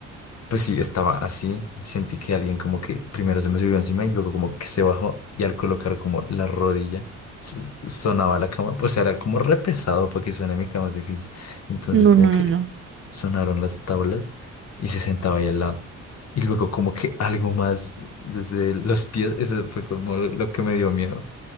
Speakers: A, on the left (about 55°); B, on the right (about 45°).
A: Pues sí, estaba así. Sentí que alguien como que primero se me subió encima y luego como que se bajó y al colocar como la rodilla s- sonaba la cama. Pues era como re pesado para que suene mi cama es difícil. Entonces
B: No,
A: como
B: no, no,
A: que
B: no.
A: sonaron las tablas y se sentaba ahí al lado. Y luego como que algo más desde los pies, eso fue como lo lo que me dio miedo.